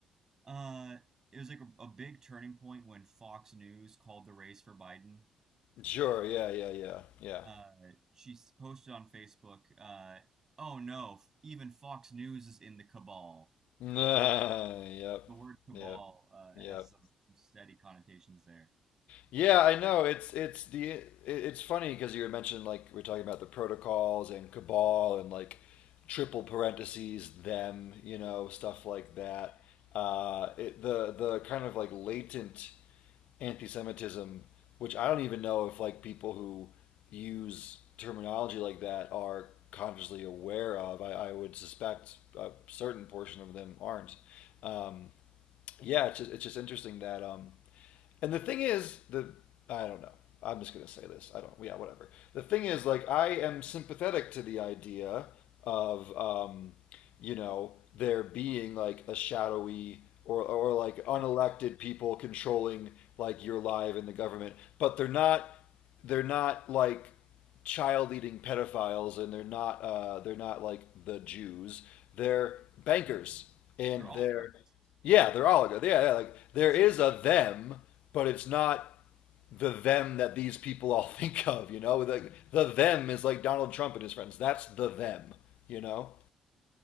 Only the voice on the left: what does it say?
Sure. Yeah. Yeah. Yeah. Yeah.
<laughs> Yep.
Yep.
Yep.
Yeah, I know. It's it's the it- it's funny because you were mentioning like we're talking about the protocols and cabal and like triple parentheses them, you know, stuff like that.
Uh, it, the the kind of like latent anti-Semitism, which I don't even know if like people who use terminology like that are consciously aware of. I, I would suspect a certain portion of them aren't. Um, yeah, it's just, it's just interesting that. Um, and the thing is, the I don't know. I'm just gonna say this. I don't. Yeah, whatever. The thing is, like, I am sympathetic to the idea of, um, you know, there being like a shadowy or or like unelected
people controlling like your life and the government, but they're not they're not like child eating pedophiles and they're not uh, they're not like the Jews. They're bankers and
they're yeah, they're oligarchs. Yeah, yeah, like
there
is a them, but it's not the them that these people all <laughs> think of, you know? Like the them is like Donald Trump and his friends. That's the them, you know?